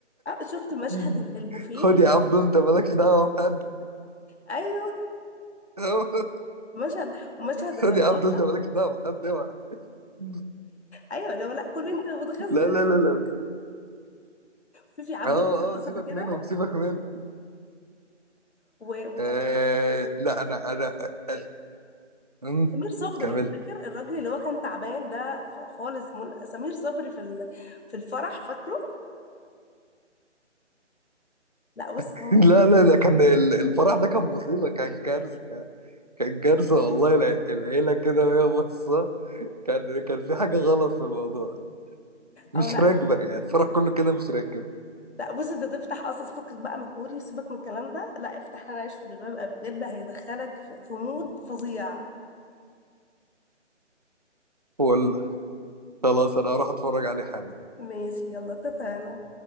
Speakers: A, on the left; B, on the right.
A: اه شفت مشهد
B: <laughs>
A: ال- البوفيه
B: خد
A: ال-
B: يا عبدو انت مالكش دعوه بحد
A: ايوه
B: <laughs>
A: مشهد مشهد الرقاصة
B: خد يا عبدو انت مالكش دعوه بحد اوعى <laughs>
A: ايوه لو لا كل انت بتغزل
B: لا لا لا لا لا
A: في في عبد
B: اه
A: الرحمن
B: اه سيبك
A: فاكرها
B: منهم سيبك منهم
A: و- وكان
B: آه لا انا انا آه آه
A: سمير صبري
B: كمل
A: فاكر الراجل اللي هو كان تعبان ده ف- خالص مل... سمير صبري في ال... في الفرح فاكره لا بص
B: <laughs>
A: هو
B: لا لا ده كان ال- الفرح ده كان مصيبه كان كارثه كان كارثه والله الع- العيله كده وهي باصه كان كان في حاجه غلط في الموضوع مش
A: او لا
B: راكبه يعني الفرح كله كده مش راكب
A: لا بص انت تفتح اصلا فكك بقى من الكوري سيبك من الكلام ده لا افتح انا عايش في جلباب ابي بجد هيدخلك في... في مود فظيع
B: والله خلاص انا هروح اتفرج عليه حالا
A: ماشي يلا اتفقنا